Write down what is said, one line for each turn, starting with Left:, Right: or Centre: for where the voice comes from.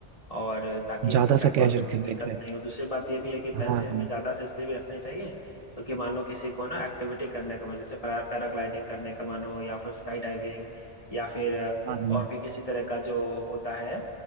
Left: और ताकि हमें
Right: ज्यादा
Left: पैसों
Right: सा कैश
Left: वैसे
Right: रखेंगे
Left: की दिक्कत
Right: इनफैक्ट
Left: नहीं हो दूसरी बात ये भी है कि
Right: हाँ
Left: पैसे हमें ज्यादा से इसलिए भी रखने चाहिए क्योंकि मान लो किसी को ना एक्टिविटी करने का मन जैसे पैरा पैराग्लाइडिंग करने का मन हो या फिर स्काई डाइविंग या फिर अ,
Right: हाँ हाँ
Left: और भी किसी तरह का जो होता है